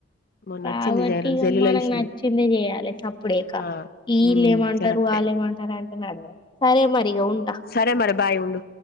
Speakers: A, on the left; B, on the left.
A: మొన్న
B: కాబట్టి
A: వచ్చింది
B: ఇగా
A: సెల్లుల
B: మనక్
A: చూసిన
B: నచ్చింది చేయాలి. అప్పుడే ఇక
A: ఆ
B: వీలేమంటారు
A: ఉమ్ కరెక్టే
B: వాలేమంటారు అం తిన్నాడు సరే మరి ఇగా ఉంటా
A: సరే మరి బాయ్ ఉండు